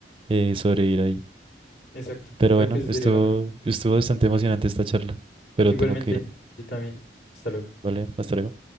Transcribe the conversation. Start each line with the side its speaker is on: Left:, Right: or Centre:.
Right: eh, sobrevivir ahí.
Left: Exacto,
Right: Pero
Left: creo
Right: bueno,
Left: que eso
Right: estuvo,
Left: sería lo mejor.
Right: estuvo bastante emocionante esta charla, pero
Left: Igualmente,
Right: tengo que irme,
Left: yo también. Hasta luego.
Right: ¿vale? Hasta luego.